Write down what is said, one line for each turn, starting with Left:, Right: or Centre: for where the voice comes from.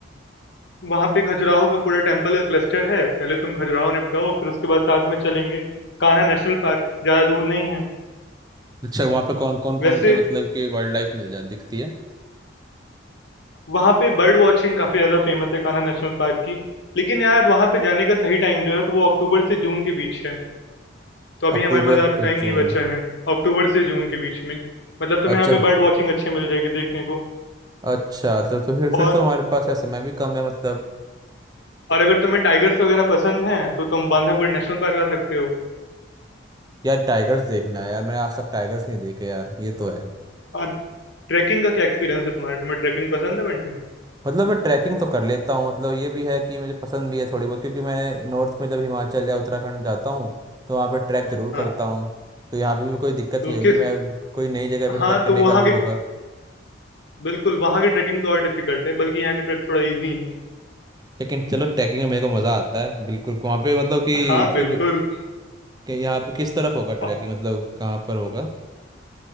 Left: वहां पे खजुराहो का पूरा टेम्पल क्लस्टर है पहले तुम खजुराहो निपटाओ फिर उसके बाद साथ में चलेंगे कान्हा नेशनल पार्क ज्यादा दूर नहीं है
Right: अच्छा वहाँ पे कौन कौन
Left: वैसे
Right: कौन से मतलब कि वाइल्ड लाइफ मिल जा दिखती है
Left: वहां पे बर्ड वॉचिंग काफी ज्यादा फेमस है कान्हा नेशनल पार्क की लेकिन यार वहां पे जाने का सही टाइम जो है तो वो अक्टूबर से जून के बीच है तो अभी
Right: अक्टूबर
Left: हमारे पास ज्यादा
Right: से
Left: टाइम नहीं
Right: जून
Left: बचा है अक्टूबर से जून के बीच में मतलब तुम्हें
Right: अच्छा
Left: यहाँ पे बर्ड वॉचिंग अच्छे मिल जाएगी देखने को
Right: अच्छा तो तो फिर फिर
Left: और
Right: तो हमारे पास यार समय भी कम है मतलब
Left: और अगर तुम्हें टाइगर्स वगैरह पसंद हैं तो तुम बांधवगढ़ नेशनल पार्क आ सकते हो
Right: यार टाइगर्स देखना है यार मैंने आज तक टाइगर्स नहीं देखे यार ये तो है
Left: और ट्रैकिंग का क्या एक्सपीरियंस है तुम्हारा तुम्हें ट्रैकिंग पसंद है बंटी
Right: मतलब मैं ट्रैकिंग तो कर लेता हूँ मतलब ये भी है कि मुझे पसंद भी है थोड़ी बहुत क्योंकि मैं नॉर्थ में जब हिमाचल या उत्तराखंड जाता हूँ तो वहाँ पे ट्रैक जरूर
Left: हाँ
Right: करता हूँ तो यहाँ पे भी कोई दिक्कत
Left: तो
Right: नहीं होगी
Left: किस
Right: मैं कोई नई जगह पे
Left: हाँ
Right: ट्रैक करने
Left: तो वहाँ
Right: का भी
Left: के
Right: होगा
Left: बिल्कुल वहाँ की ट्रैकिंग तो और डिफिकल्ट है बल्कि यहाँ की ट्रैक थोड़ा इजी है
Right: लेकिन चलो ट्रैकिंग में मेरे को मज़ा आता है बिल्कुल वहाँ पे मतलब कि
Left: हाँ बिल्कुल
Right: फिर कि यहाँ पे किस तरफ होगा
Left: और
Right: ट्रैकिंग मतलब कहाँ पर होगा